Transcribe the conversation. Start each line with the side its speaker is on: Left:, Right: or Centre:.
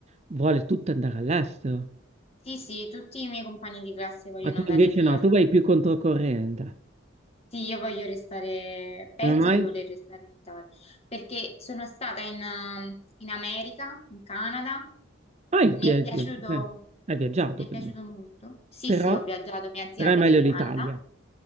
Right: vuole tutta andare all'estero,
Left: sì, sì, tutti i miei compagni di classe vogliono
Right: ma tu
Left: andare
Right: invece
Left: via.
Right: no, tu vai più controcorrente.
Left: Sì, io voglio restare, penso
Right: Come mai?
Left: di voler restare in Italia, perché sono stata in, um, in America, in Canada,
Right: Ah, hai
Left: mi
Right: viaggi-
Left: è piaciuto,
Right: eh, hai viaggiato
Left: mi è
Right: quindi,
Left: piaciuto molto. Sì,
Right: però,
Left: sì, ho viaggiato, mia zia
Right: però
Left: abita
Right: è meglio
Left: in
Right: l'Italia.
Left: Canada,